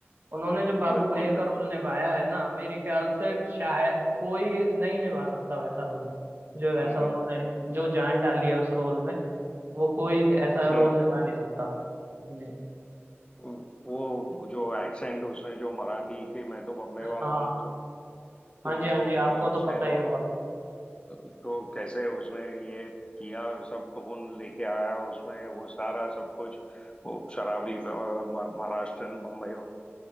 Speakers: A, on the right (about 50°); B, on the left (about 25°).
A: उन्होंने जो बाबू
B: बिल्कुल
A: भैया
B: बिल्कुल
A: का रोल निभाया है ना मेरे ख्याल से शायद कोई नहीं निभा सकता वैसा रोल जो वैसा
B: हम्म
A: उन्होंने जो जान डाली है उस रोल में वो कोई ऐसा रोल
B: हम्म
A: निभा नहीं सकता नहीं।
B: हम्म। वो जो एक्सेंट उसने जो मराठी के मैं तो बम्बे
A: हाँ
B: वाला हूँ तो तो
A: हाँ जी
B: जो
A: हाँ जी आपको तो
B: उसने
A: पता
B: जो
A: ही होगा
B: तो कैसे उसने ये किया सब टोन लेके आया उसमें वो सारा सब कुछ वो शराबी अ, म- महाराष्ट्रन बम्बई वा-